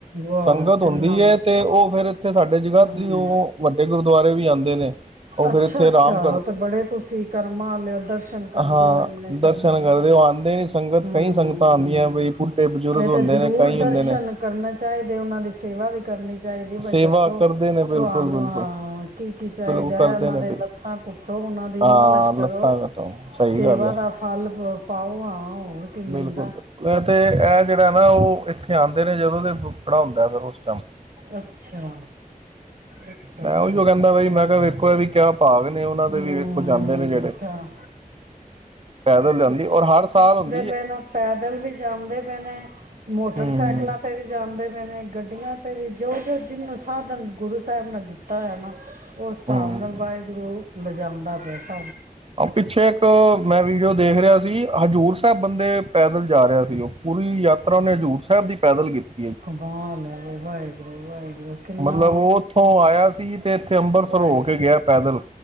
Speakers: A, on the right; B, on the right.
A: ਵਾਹ
B: ਸੰਗਤ
A: ਕਿੰਨਾ
B: ਹੁੰਦੀ ਐ ਤੇ ਉਹ ਫਿਰ ਇੱਥੇ ਸਾਡੇ ਜਗਾਦਰੀ
A: ਹੂੰ
B: ਉਹ ਵੱਡੇ ਗੁਰਦੁਆਰੇ ਵੀ ਆਉਂਦੇ ਨੇ। ਉਹ
A: ਅੱਛਾ
B: ਫਿਰ ਇੱਥੇ
A: ਅੱਛਾ
B: ਰਾਮ
A: ਤੇ ਬੜੇ ਤੁਸੀਂ ਕਰਮਾਂ ਲਿਓ ਦਰਸ਼ਨ ਕਰਦੇ
B: ਹਾਂ
A: ਹੋ ਇੰਨੇ ਸੰਗਤ
B: ਦਰਸ਼ਨ ਕਰਦੇ
A: ਦਾ
B: ਉਹ ਆਉਂਦੇ ਨੇ ਸੰਗਤ
A: ਹਮ
B: ਕਈ ਸੰਗਤਾਂ ਆਉਂਦੀਆਂ ਬਈ ਬੁੱਢੇ ਬਜ਼ੁਰਗ
A: ਇਹ
B: ਹੁੰਦੇ
A: ਤਾਂ ਜ਼ਰੂਰ
B: ਨੇ ਕਈ
A: ਦਰਸ਼ਨ
B: ਹੁੰਦੇ ਨੇ
A: ਕਰਨੇ ਚਾਹੀਦੇ ਉਹਨਾਂ ਦੀ ਸੇਵਾ ਵੀ ਕਰਨੀ ਚਾਹੀਦੀ ਬਾਈ
B: ਸੇਵਾ
A: ਦੱਸੋ
B: ਕਰਦੇ ਨੇ ਬਿਲਕੁਲ
A: ਤੁਹਾਨੂੰ
B: ਬਿਲਕੁਲ
A: ਹਾਂ ਕੀ ਕੀ ਚਾਹੀਦਾ
B: ਬਿਲਕੁਲ
A: ਉਹਨਾਂ
B: ਕਰਦੇ ਨੇ
A: ਦੇ
B: ਬਿਲਕੁਲ
A: ਲੱਤਾਂ ਕੁੱਟੋ ਉਹਨਾਂ ਦੀ
B: ਹਾਂ
A: ਮਾਲਸ਼ ਕਰੋ
B: ਲੱਤਾਂ ਕਟੋ ਸਹੀ
A: ਸੇਵਾ
B: ਗੱਲ ਹੈ
A: ਦਾ ਫਲ ਪਾਓ ਹਾਂ ਹੋਰ ਕੀ
B: ਬਿਲਕੁਲ
A: ਮਿਲਦਾ
B: ਬਿਲਕੁਲ ਇਹ ਤੇ ਇਹ ਜਿਹੜਾ ਨਾ ਉਹ ਇੱਥੇ ਆਉਂਦੇ ਨੇ ਜਦੋਂ ਤੇ ਪੜਾ ਹੁੰਦਾ ਫਿਰ ਉਸ
A: ਅੱਛਾ ਅੱਛਾ
B: ਮੈਂ
A: ਅੱਛਾ
B: ਉਹੀਓ ਕਹਿੰਦਾ ਬਾਈ ਮੈਂ ਕਿਹਾ ਕੋ ਵੀ ਕਿਆ ਭਾਗ ਨੇ ਉਹਨਾਂ ਦੇ
A: ਹੂੰ
B: ਵੀ ਵੇਖੋ ਜਾਂਦੇ ਨੇ ਜਿਹੜੇ
A: ਤਾਂ
B: ਪੈਦਲ ਜਾਂਦੀ ਔਰ ਹਰ ਸਾਲ ਹੁੰ
A: ਪ ਪੈਦਲ ਵੀ ਜਾਂਦੇ ਪਏ ਨੇ ਮੋਟਰਸਾਈਕਲਾਂ
B: ਹਮ
A: ਤੇ ਵੀ ਜਾਂਦੇ ਨੇ ਗੱਡੀਆਂ ਤੇ ਵੀ ਜੋ ਜੋ ਜਿਹਨੂੰ ਸਾਧਨ ਗੁਰੂ ਸਾਹਿਬ ਨੇ ਦਿੱਤਾ ਹੈ ਨਾ ਉਸ ਹਿਸਾਬ
B: ਹਮ
A: ਨਾਲ ਵਾਹਿਗੁਰੂ ਲਜਾਦਾ ਪੈਸ
B: ਪਿੱਛੇ ਇੱਕ ਮੈਂ ਵੀਡੀਓ ਦੇਖ ਰਿਹਾ ਸੀ ਹਜ਼ੂਰ ਸਾਹਿਬ ਬੰਦੇ ਪੈਦਲ ਜਾ ਰਿਹਾ ਸੀ ਪੂਰੀ ਯਾਤਰਾ ਉਹੇ ਹਜ਼ੂਰ ਸਾਹਿਬ ਦੀ ਪੈਦਲ ਕੀਤਾ
A: ਕਬਾਲ ਵਾਹਿਗੁਰੂ ਵਾਹਿਗੁਰੂ ਕਿੰਨਾ
B: ਮਤਲਬ ਉਹ ਉੱਥੋਂ ਆਇਆ ਸੀ ਤੇ ਇੱਥੇ ਅੰਮ੍ਰਿਤਸਰ
A: ਵਾਹਿ
B: ਹੋ ਕੇ ਗਿਆ ਪੈਦਲ